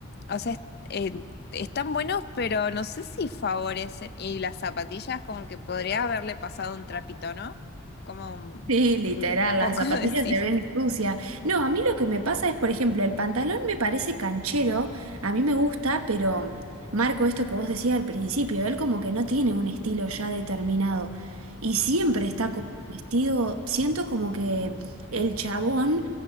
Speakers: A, on the left; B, on the right.
A: o sea, es- eh, están buenos, pero no sé si favorecen. Y las zapatillas, como que podría haberle pasado un trapito, ¿no? Como un,
B: Sí, literal,
A: un
B: las
A: poco
B: zapatillas
A: de <laughs> cif.
B: se ven sucias. No, a mí lo que me pasa es, por ejemplo, el pantalón me parece canchero, a mí me gusta, pero marco esto que vos decías al principio, él como que no tiene un estilo ya determinado y siempre está con vestido, siento como que el chabón